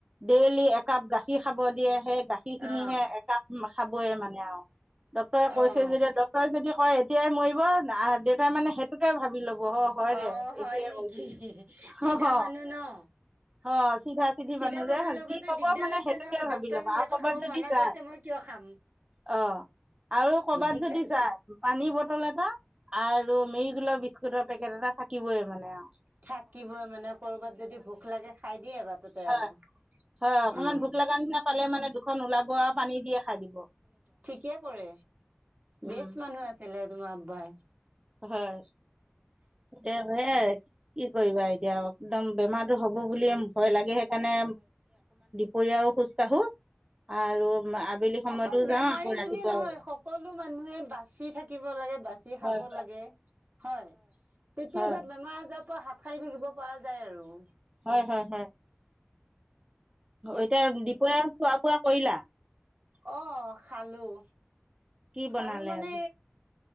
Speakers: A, on the right; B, on the right.
A: ডেইলি একাপ গাখীৰ খাব দিয়ে সেই গাখীৰ খিনিহে
B: অঁ
A: এ কাপ খাবয়ে মানে আও ডক্টৰে কৈছে
B: অঁ
A: যেতিয়া ডক্টৰে যদি কয় এতিয়া মই বই আ দেউতাই মানে সেইটোকে ভাবি ল'ব অ হয়
B: অঁ
A: দে এইটোয়ে
B: হয় নেকি
A: কৈছিল, হ
B: চিধা
A: হ।
B: মানুহ ন
A: অ চিধা চিধি
B: চিধা
A: মানুহ
B: মানুহৰ
A: যে
B: লগতো
A: কি ক'ব
B: দিগদাৰ
A: মানে
B: আছে
A: সেইটোকে
B: নহয়
A: ভাবি
B: ডক্তৰে
A: ল'বা
B: মোক
A: আৰু
B: এইটো
A: কৰ'বাত
B: খাব
A: যদি
B: মানা
A: যাই
B: কৰিছে মই কিয় খাম।
A: অ আৰু কৰবাত
B: ঠিকে
A: যদি
B: আছে।
A: যায় পানীৰ বটল এটা আৰু মেৰি গোলৰ বিস্কুটৰ পেকেট এটা থাকিবই মানে আও।
B: থাকিবই মানে কৰ'বাত যদি ভোক লাগে খাই দিয়ে বাটতে
A: হয়
B: আৰু।
A: হয় অকমান
B: উম।
A: ভোক লগা নিচিনা পালে মানে দুখন ওলাব আ পানী দিয়ে খাই দি
B: ঠিকে কৰে,
A: উম
B: বেচ মানুহ আছিলে তোমাৰ আব্বাই।
A: হয় এতে সেইয়াই। কি কৰিবা এতিয়া একদম বেমাৰো বুল ভয় লাগে সেইকাৰণে, পৰিয়াও খোজ কাঢ়ো আৰু আবেলি, সময়তো
B: অকল বেমাৰী
A: যাওঁ আকৌ
B: বুলিয়ে
A: ৰাতিপুৱাও
B: নহয়
A: যাওঁ।
B: সকলো মানুহে বাচি থাকিব লাগে বাচি খাব
A: হয়
B: লাগে। হয় তেতিয়াই
A: হয়
B: ধৰ বেমাৰ আজাৰৰ পৰা হাত সাৰি থাকিব পৰা যায় আৰু
A: হয় হয় হয়। এতিয়া দুপৰীয়া খোৱা বোৱা কৰিলা।
B: অঁ খালোঁ।
A: কি বনালে
B: খালো মানে
A: আজি?